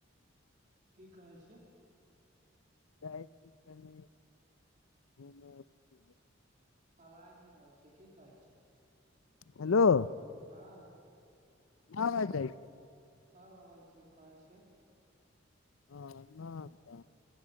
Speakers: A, on the right; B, on the left.
A: की कहै छैये
B: जाइ छी कनि घुमैय -फिरय
A: आवाज नैय अबै छै की कहै छीये
B: हेलो <inaudible>
A: हँ
B: आबदै <inaudible>
A: अब अबै छै कहै छै।
B: ह